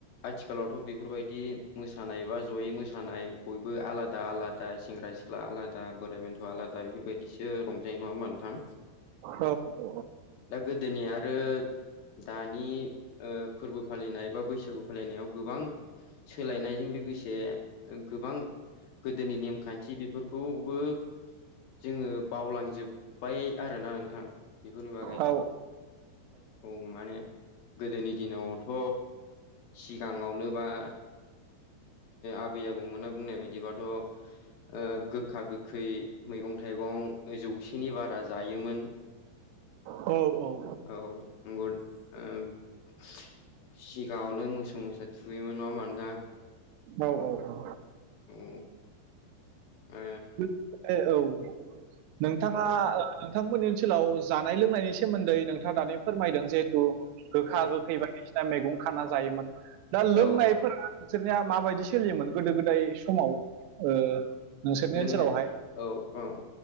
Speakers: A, on the left; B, on the right.
A: आथिखालावथ' बेफोरबायदि मोसानाय बा जयै मोसानाय बयबो आलादा आलादा सेंग्रा सि ख्ला आलादा बोराइ बेन्थ'आ आलादा बेफोरबायदिसो रंजायो नङा ओमबा नोंथां?
B: औ औ औ
A: दा गोदोनिया आरो दानि ओ फोरबो फालिनाय बा बैसागु फालिनायाव गोबां सोलायनायजों लोगोसे गोबां गोदोनि नेमखान्थि बे बेफोरखौबो जोङो बावलांजोब्बाय आरोना नोंथां बेफोरनि बागै
B: औ
A: औ माने गोदोनि दिनावथ' सिगाङावनो बा आबै आबौमोनना बुंनाय बायदिबाथ' गोखा गोखै मैगं थाइगं जौसेनि बारा जायोमोन <inaudible>
B: औ औ
A: औ सिगाङावनो मोसौ नङा होनबा नोंथां <unintelligible>
B: औ औ औ
A: औ आ
B: औ नोंथाङा
A: ओ औ
B: नोंथांमोननि ओनसोलाव जानाय लोंनायनि सोमोन्दै नोंथाङा दानि फोरमायदों जिहेथु गोखा
A: औ
B: गोखै बायदिसिना मैगं खाना जायोमोन दा लोंनायफोरा
A: औ
B: नोंसोरनिया माबायदि सोलियोमोन गोदो गोदाय समाव नोंसोरनि
A: लोंनाय
B: ओनसोलावहाय
A: औ औ